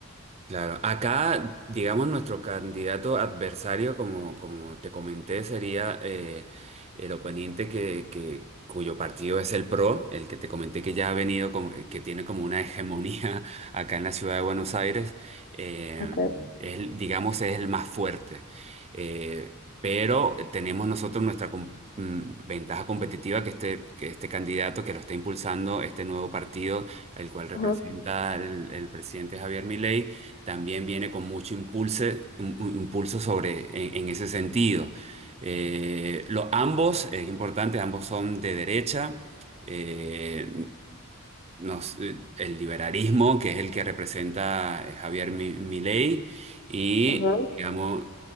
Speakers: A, on the right (about 30°); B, on the left (about 40°).
A: Claro, acá, digamos, nuestro candidato adversario, como, como te comenté, sería eh, el oponente que, que- cuyo partido es el PRO, el que te comenté que ya ha venido, como- eh, que tiene como una hegemonía <laughs> acá en la ciudad de Buenos Aires. Eh,
B: Okay.
A: él, digamos, es el más fuerte. Eh, pero tenemos nosotros nuestra com- mm, ventaja competitiva que este, que este candidato que lo está impulsando, este nuevo partido, el cual representa
B: Ajá,
A: el, el presidente Javier Milei, también viene con mucho impulso, un- un- impulso sobre, en, en ese sentido. Eh, lo- ambos, es importante, ambos son de derecha. Eh, nos- eh, el liberalismo, que es el que representa eh, Javier Mi- Milei, y,
B: ajá,
A: digamos,